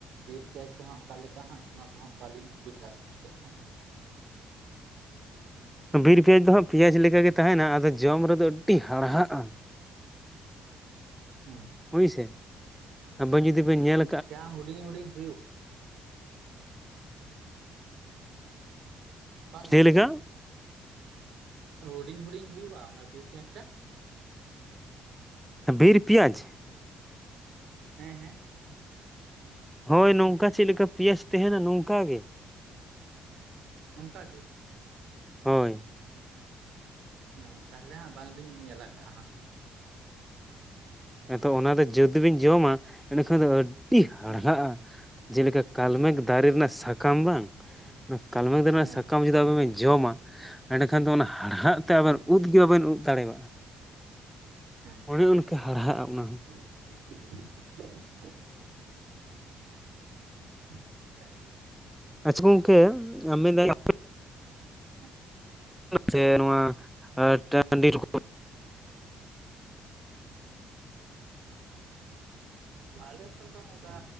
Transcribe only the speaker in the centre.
ᱵᱤᱨ ᱯᱮᱸᱭᱟᱡᱽ ᱫᱚ ᱦᱟᱜ ᱯᱮᱸᱭᱟᱡᱽ ᱞᱮᱠᱟᱜᱮ ᱛᱟᱦᱮᱱᱟ ᱟᱫᱚ ᱡᱚᱢ ᱨᱮᱫᱚ ᱟᱹᱰᱤ ᱦᱟᱲᱦᱟᱜᱼᱟ᱾
ᱦᱳᱭᱥᱮ, ᱟᱵᱮᱱ ᱡᱩᱫᱤ ᱵᱮᱱ ᱧᱮᱞᱼᱼ
ᱪᱮᱫ
ᱞᱮᱠᱟ
ᱵᱤᱨ ᱯᱮᱸᱭᱟᱡᱽ
ᱦᱳᱭ ᱱᱚᱝᱠᱟ ᱪᱮᱫ ᱞᱮᱠᱟ᱾ ᱯᱮᱸᱭᱟᱡᱽ ᱛᱟᱸᱦᱮᱱᱟ ᱱᱚᱝᱠᱟ ᱜᱮ,
ᱦᱳᱭ
ᱟᱫᱚ ᱚᱱᱟ ᱫᱚ ᱡᱩᱫᱤ ᱵᱤᱱ ᱡᱚᱢᱟ ᱮᱸᱰᱮᱠᱷᱟᱱ ᱫᱚ ᱟᱹᱰᱤ ᱦᱟᱲᱦᱟᱜᱼᱟ᱾
ᱡᱮᱞᱮᱠᱟ ᱠᱟᱞᱢᱮᱜᱽ ᱫᱟᱨᱮ ᱨᱮᱱᱟᱜ ᱥᱟᱠᱟᱢ ᱵᱟᱝ ᱚᱱᱟ ᱠᱟᱞᱢᱮᱜᱽ ᱫᱟᱨᱮ ᱨᱮᱱᱟᱜ
ᱥᱟᱠᱟᱢ ᱡᱩᱫᱤ ᱟᱵᱮᱱ ᱵᱤᱱᱼᱼ ᱡᱚᱢᱟ ᱮᱸᱰᱮᱠᱷᱟᱱ ᱫᱚ ᱚᱱᱟ ᱦᱟᱲᱦᱟᱫ ᱛᱮ ᱟᱵᱮᱱ ᱩᱫ ᱜᱮ ᱵᱟᱵᱮᱱ ᱩᱫ ᱫᱟᱲᱮᱭᱟᱜᱼᱟ᱾
ᱚᱱᱮ ᱚᱱᱠᱟ ᱦᱟᱲᱦᱟᱜᱼᱟ, ᱚᱱᱟ ᱦᱚᱸ᱾
ᱟᱪᱪᱷᱟ ᱜᱚᱝᱠᱮ ᱟᱢ ᱢᱮᱱᱫᱟᱹᱧᱼᱼ
ᱥᱮ ᱱᱚᱣᱟ ᱴᱟᱹᱰᱤ ᱨᱮᱠᱚ,